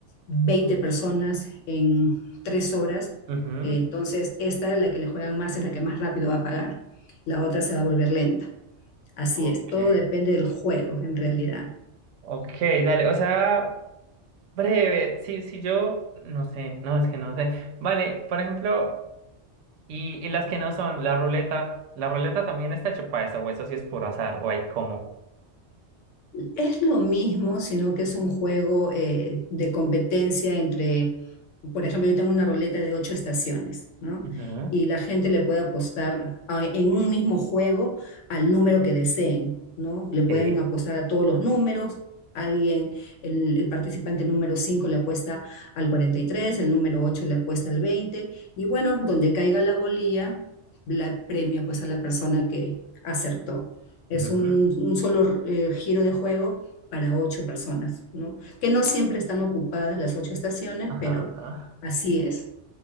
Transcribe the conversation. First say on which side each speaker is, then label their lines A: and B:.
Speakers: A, on the left (about 90°); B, on the right (about 85°).
A: 20 personas en tres horas,
B: Ujú.
A: eh, entonces esta, la que le juegan más, es la que más rápido va a pagar. La otra se va a volver lenta. Así
B: Ok.
A: es, todo depende del juego en realidad.
B: Ok, dale. O sea, breve. Si, si yo, no sé, no, es que no sé. Vale, por ejemplo, y, y las que no son, la ruleta, la ruleta también está hecha para eso, o eso sí es puro azar, o hay como.
A: Es lo mismo, sino que es un juego eh, de competencia entre, por ejemplo, yo tengo una roleta de ocho estaciones, ¿no?
B: Ujú.
A: Y la gente le puede apostar a- en un mismo juego al número que deseen, ¿no? Le pueden
B: Sí.
A: apostar a todos los números. Alguien, el, el participante número 5 le apuesta al 43, el número 8 le apuesta al 20, y bueno, donde caiga la bolilla, la premia pues a la persona que acertó. Es
B: Ujú,
A: un, un solo eh, giro de juego para ocho personas, ¿no? Que no siempre están ocupadas las ocho estaciones,
B: Ajá,
A: pero
B: ajá.
A: así es.